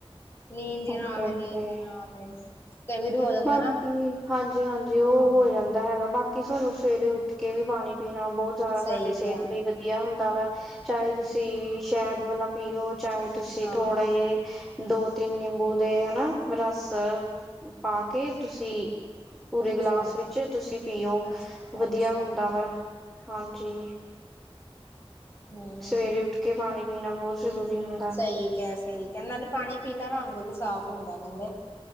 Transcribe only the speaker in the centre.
ਓਕੇ
ਓਕੇ
ਬਾਕੀ
ਹਾਂਜੀ, ਹਾਂਜੀ ਉਹ
ਹੋ ਜਾਂਦਾ ਹੈਗਾ, ਬਾਕੀ ਕਿ ਸਾਨੂੰ ਸਵੇਰੇ ਉੱਠ ਕੇ ਵੀ ਪਾਣੀ ਪੀਣਾ ਬਹੁਤ ਜ਼ਿਆਦਾ
ਸਾਡੇ ਸਿਹਤ
ਲਈ ਵਧੀਆ ਹੁੰਦਾ ਵਾ, ਚਾਹੇ ਤੁਸੀਂ ਸ਼ਹਿਦ ਵਾਲਾ ਪੀਓ ਚਾਹੇ ਤੁਸੀਂ
ਥੋੜ੍ਹੇ ਏ ਦੋ ਤਿੰਨ ਨਿੰਬੂ ਦੇ ਹਨਾ ਰਸ ਪਾ ਕੇ ਤੁਸੀਂ ਪੂਰੇ
ਗਲਾਸ ਵਿੱਚ ਤੁਸੀਂ ਪੀਓ,
ਵਧੀਆ
ਹੁੰਦਾ ਵਾ ਹਾਂਜੀ।
ਸਵੇਰੇ ਉੱਠ ਕੇ ਪਾਣੀ ਪੀਣਾ ਬਹੁਤ ਜ਼ਰੂਰੀ
ਹੁੰਦਾ